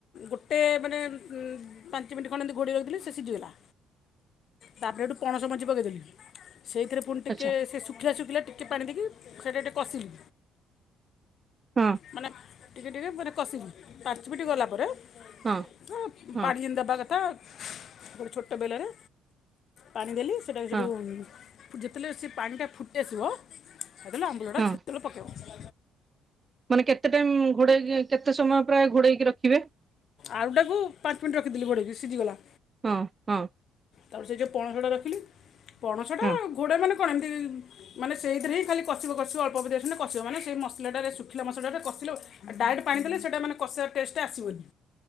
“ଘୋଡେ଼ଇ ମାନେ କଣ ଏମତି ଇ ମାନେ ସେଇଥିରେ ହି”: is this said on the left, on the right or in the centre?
Left